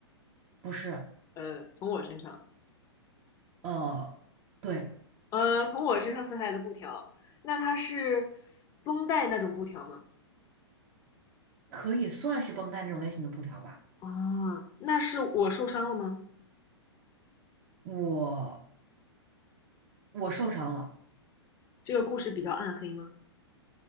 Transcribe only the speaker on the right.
不是，
呃，对，
可以算是绷带那种类型的布条吧。
我我受伤了，